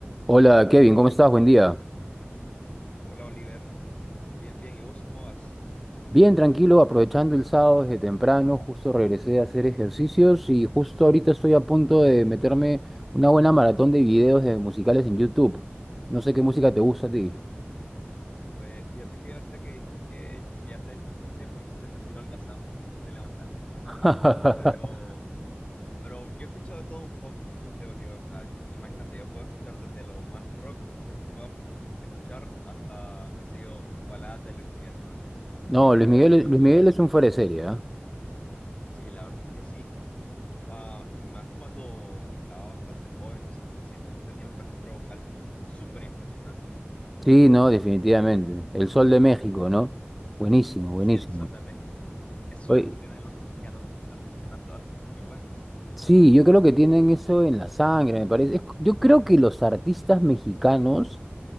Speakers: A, in the centre; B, on the left (about 30°).
A: Hola Kevin, ¿cómo estás? Buen día.
B: Hola Oliver, bien, bien. ¿Y vos cómo vas?
A: Bien, tranquilo, aprovechando el sábado desde temprano, justo regresé a hacer ejercicios y justo ahorita estoy a punto de meterme una buena maratón de videos de musicales en YouTube. No sé qué música te gusta a ti.
B: Pues fíjate que ahorita que dijiste que llegaste del gimnasio me hiciste sentir holgazán porque me estoy levantando.
A: <laughs>
B: Pero, pero yo escucho de todo un poco, fíjate Oliver. O sea, imagínate, yo puedo escuchar desde lo más rock que se pueda escuchar hasta, qué sé yo, baladas de Luis Miguel, por así decirlo. Así
A: No,
B: que pues
A: Luis Miguel,
B: escucho de
A: Luis
B: todo.
A: Miguel es un fuera de serie, ¿ah?
B: Sí, la verdad es que sí. Ah, y más cuando estaba bastante joven, o sea, siento que tenía un registro vocal súper impresionante.
A: Sí, no, definitivamente. El Sol de México, ¿no? Buenísimo, buenísimo.
B: Sí, el Sol de México. Qué suerte
A: Oye,
B: tienen los mexicanos de tener tantos artistas muy buenos.
A: sí, yo creo que tienen eso en la sangre, me parece. Es- c- yo creo que los artistas mexicanos